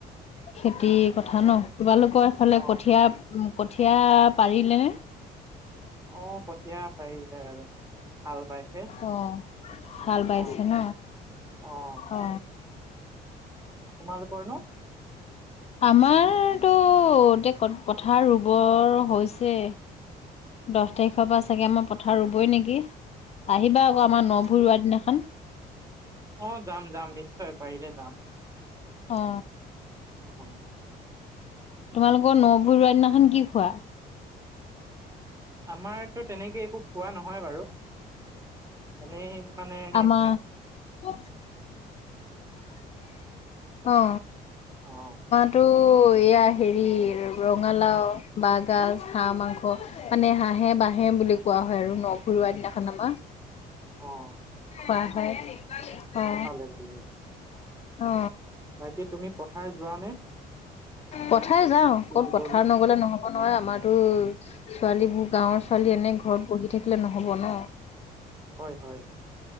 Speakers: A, on the left; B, on the right.
A: খেতিৰ কথা
B: নে
A: ন'তোমালোকৰ সেইফালে
B: অ',
A: কঠিয়া উম, কঠীয়া পাৰিলে নে?
B: অ'কঠীয়া পাৰিলে এ, যাচ। হাল বাইছে,
A: অ', হাল
B: অ,
A: বাইছে ন
B: অ।
A: অ।
B: তোমালোকৰ নো?
A: আমাৰতো এতিয়া পথাৰ ৰুবৰ হৈছে। দহ তাৰিখৰ পৰা চাগে আমাৰ পথাৰ ৰুবই নেকি। আহিবা আকৌ
B: অ',
A: আমাৰ ন ভুই ৰোৱা দিনাখন।
B: অ, যাম, যাম, নিশ্চয় পাৰিলে যাম।
A: অঁ।
B: আৰু কবব
A: তোমালোকৰ ন ভুই ৰোৱা দিনাখন কি খোৱা?
B: আমাৰতো তেনেকে একো খোৱা নহয় বাৰু। এনেই মানে
A: আমাৰ
B: আ
A: অ, অ।
B: অ
A: ত' এয়া হেৰি, ৰঙালাও, বাঁহগাজ, হাঁহ মাংস। মানে হাঁহে বাঁহে বুলি কোৱা হয় আৰু ন ভুই ৰোৱা দিনাখন আমাৰ।
B: অ
A: খোৱা হয়। অ,
B: ভালে ভালে
A: অ
B: বাকী তুমি পথাৰ যোৱা নে?
A: পথাৰ যাওঁ, ক'ত
B: ৰুবলৈ?
A: পথাৰ নগলে নহ'ব নহয়। আমাৰতো ছোৱালীবোৰ গাঁওৰ ছোৱালী এনে ঘৰত বহি থাকিলে নহ'ব ন।
B: হয়, হয়।